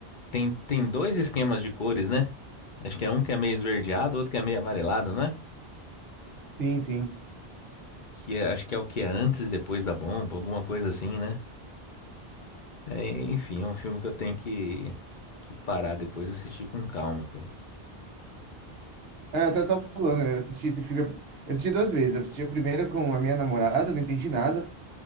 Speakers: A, on the left; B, on the right.
A: Tem, tem dois esquemas de cores, né? Acho que é um que é meio esverdeado, outro que é meio amarelado, não é?
B: sim, sim.
A: Que é- acho que é o que é antes e depois da bomba, alguma coisa assim, né? É, enfim, é um filme que eu tenho que, que parar depois e assistir com calma, cara.
B: É, eu até tava falando, eu assisti esse filme, eu assisti duas vezes. Eu assisti a primeira com a minha namorada, não entendi nada.